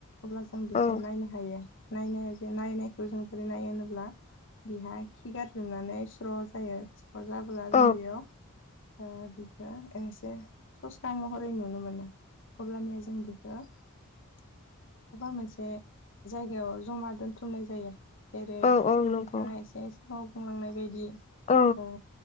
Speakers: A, on the left; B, on the left.
A: अब्ला जों बेखौ
B: औ
A: नायनो हायो नायनो ज नायनायखौ जों बोरै नायो होनोब्ला बिहा खि गारजोबनानै स्र' <unintelligible> स्र जाब्ला
B: औ
A: जों बेयाव ओ बिखौ एसे सस्रा महरै नुनो मोनो अब्लानिया जों बेखौ माबा मोनसे जायगायाव जमा दोनथुमनाय जायो जेरै
B: औ
A: नोंथाङा
B: नंगौ
A: एसे मावफुंलांनाय बायदि अ
B: औ